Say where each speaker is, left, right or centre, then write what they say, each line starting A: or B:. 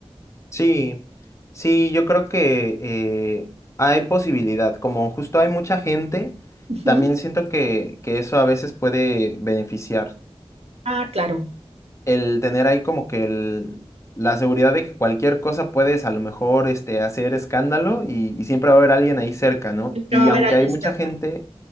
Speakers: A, on the left (about 30°); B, on the right (about 75°).
A: sí, sí, yo creo que eh, hay posibilidad. Como justo hay mucha gente,
B: Ujú.
A: también siento que, que eso a veces puede beneficiar
B: Ah, claro,
A: el tener ahí como que el, la seguridad de que cualquier cosa puedes a lo mejor este, hacer escándalo y, y siempre va a haber alguien ahí cerca, ¿no?
B: siempre
A: Y
B: va a haber
A: aunque
B: alguien
A: hay mucha
B: cerca.
A: gente,